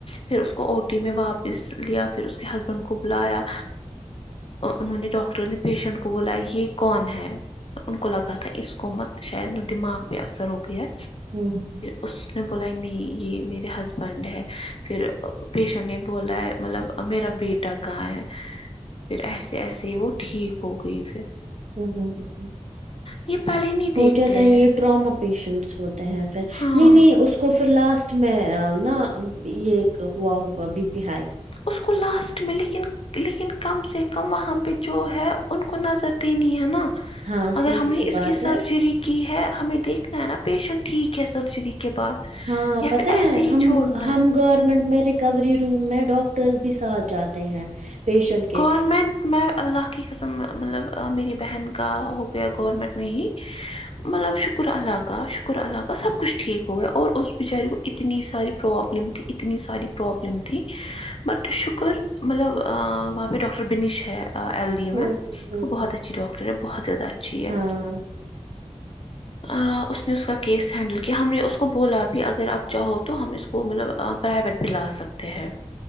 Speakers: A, on the left; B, on the right.
A: پھر اس کو اوٹی میں واپس لیا پھر اس کے ہسبنڈ بلایا انہوں نے ڈاکٹر نے پیشنٹ کو بولا یہ کون ہے ان کو لگا تھا اسکومت شاید دماگ پے اثر ہوگیا ہے
B: <inaudible>
A: اسنے بولا ہے نئی یہ میرے ہس بنڈ ہے پھر پیشنٹ نے بولا ہے مطلب میرا بیٹا کہاں ہے پھر ایسے ایسے ہی وہ ٹھیک ہو گئی پھر
B: ہ ہ ہ ہ
A: یہ پہلے نہیں
B: ہو
A: دیکھتے
B: جاتا ہے
A: ہیں
B: یہ ڈرام پیشنٹس ہوتے ہیں پھر
A: ہاں
B: نہیں نہیں اس کو پھر لاسٹ میں نا یہ اک ہوا ہوگا بی پی ہائی
A: اس کو لاسٹ میں لیکن لیکن کم سے کم وہاں پہ جو ہے ان کو نظر دینی ہے نا
B: ہاں
A: اگر
B: سیدھی
A: ہم نے
B: سی
A: اس
B: بات
A: کی سرجری
B: ہے
A: کی ہے ہمیں دیکھنا ہے نا پیشنٹ ٹھیک ہے سرجری کے بعد
B: ہاں
A: یا
B: پتا
A: پھر ایسے
B: ہے
A: ہی
B: ہم
A: چھوڑنا
B: ہم
A: ہے
B: گورنمنٹ میں ریکوری روم میں ڈاکٹرس بھی ساتھ جاتے ہیں پیشنٹ کے
A: گورمنٹ میں اللہ کی قسم مطلب میری بہن کا ہو گیا گورنمنٹ میں ہی مطلب شکر اللہ کا شکر اللہ کا سب کچھ ٹھیک ہو گیا اور اس بیچارے کو اتنی ساری پرابلم تھی اتنی ساری پرابلم تھی بٹ شکر مطلب آآں وہاں پہ ڈاکٹر بنیش ہے آ ایل ڈی
B: ہوں
A: میں
B: ہ
A: وہ
B: ہ
A: بہت اچھی ڈاکٹر ہے بہت زیادہ اچھی ہے
B: ہاں
A: آآں اس نے اس کا کیس ہینڈل کیا ہم نے اس کو بولا بھی اگر آپ چاہو تو ہم اس کو مطلب آ پرائیویٹ بھی لا سکتے ہیں